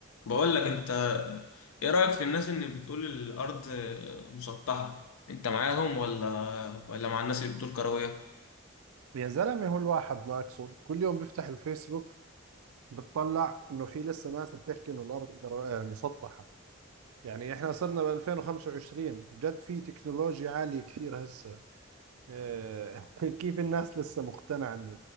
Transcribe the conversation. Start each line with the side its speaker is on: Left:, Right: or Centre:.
Left: بقول لك انت ايه رأيك في الناس اللي بتقول الارض مسطحة انت معاهم ولا ولا مع الناس اللي بتقول كروية
Right: يا زلمة هو الواحد ناقصه كل يوم بيفتح الفيسبوك بتطلع انه في لسه ناس بتحكي انه الارض در- آه، مسطحة يعني احنا صرنا ب 2025 وجد في تكنولوجيا عالية كثير هسه آه، <laughs> كيف الناس لسه مقتنعة انه